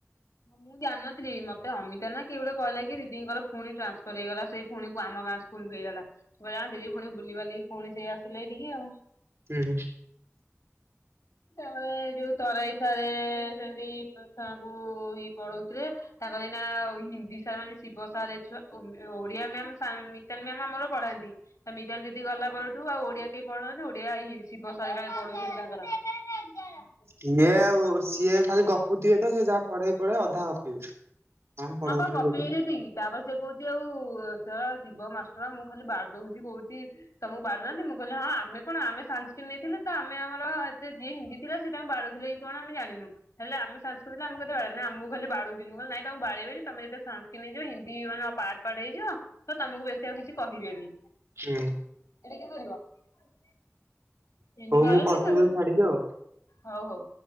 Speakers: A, on the left (about 80°); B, on the right (about 60°).
A: ମୁଁ ଜାଣି ନଥିଲି ମତେ ଅମିତା ନା କିଏ ଗୋଟେ କହିଲା କି ଦିଦିଙ୍କର ଫୁଣି ଟ୍ରାନ୍ସଫର ହେଇଗଲା ସେ ଫୁଣି କୁ ଆମ ଗାଁ ସ୍କୁଲକୁ ହେଇଗଲା କହିଲା ଦିଦି ପୁଣି ବୁଲିବାଲି ପୁଣି ସେ ଆସିଲେ ଏଟିକି ଆଉ।
B: ହୁଁ।
A: ତଳେ ଯୋଉ ତଳେ ତଳେ ସେମିତି ଛୁଆଙ୍କୁ ଇଏ ପଢଉଥିଲେ ତା କଲେ ନା ହିନ୍ଦୀ ସାର୍ ମାନେ ଶିବ ସାର୍ଛୁଆ ଓଡିଆ ମ୍ୟାମ ମିତାଲି ମ୍ୟାମ ଆମର ପଢାନ୍ତି ତ ମିତାଲ ଦିଦି ଗଲା ପରଠୁ ଆଉ ଓଡିଆ କେହି ପଢଉ ନାହାନ୍ତି ଓଡ଼ିଆ ଶିବ କାଳେ ପଢୁଛନ୍ତ <inaudible>
B: ସିଏ ଆଉ ସିଏ ଖାଲି ଗପୁଥିବେ, ତ ସେ ଯାହା ପଢେଇ ପଢେଇ ଅଧା ଗପିବେ? କଣ ପଢଉଥିବେ
A: ହଁ ବା ଗପି
B: କେଜାଣି
A: ହେବେନି କି ତାପରେ ସେ କହୁଛି ଆଉ ଶଳା ଶିବ ମା ମୁଁ ଖାଲି ବାଡ଼େଇ ଦଉଛି କହୁଛି ତମୋକୁ ବାଡ଼ଉ ନାହାନ୍ତି, ମୁଁ କିଲି ହଁ ଆମେ କଣ ଆମେ ସାସ୍କ୍ରିଟ ନେଇଥିଲେ ତ ଆମେ ଆମରତ ଯିଏ ହିନ୍ଦ ଥିଲା ସେ ତାଙ୍କୁ ବାଡ଼ଉ ଥିଲେ କି କଣ ଆମେ ଜାଣିନୁ, ହେଲେ ଆମେ ସଂସ୍କୃତ ଆମ କେତେବେଳେ ବାଡ଼େଇ ବେ ବାଡ଼ଉଥିଲି ନହିଁ ତମକୁ ବାଡ଼ଇବିନି ତମେ ଯେବେ ସଂସ୍କୃତ ନେଇଯିବ ହିନ୍ଦୀ ମାନେ ପାର୍ଟ ପାର୍ଟ ହେଇଯିବ ତ ତମକୁ ବେଶୀ ଆଉ କିଛି କହିବିନି।
B: ହୁଁ।
A: <unintelligible> ହିନ୍ଦୀ
B: ହଉ
A: କଣ
B: ମୁଁ
A: ନେଲି,
B: କରୁଛି
A: ତାପରେ
B: ତତେ ଛାଡିକି ଆଉ।
A: ହଉ ହଉ।